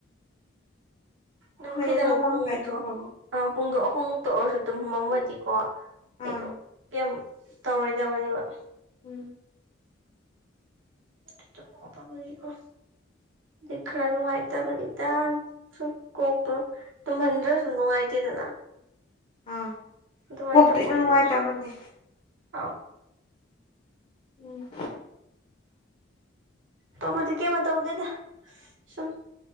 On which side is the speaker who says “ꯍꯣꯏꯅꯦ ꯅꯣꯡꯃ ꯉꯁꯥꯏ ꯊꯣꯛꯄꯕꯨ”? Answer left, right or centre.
Left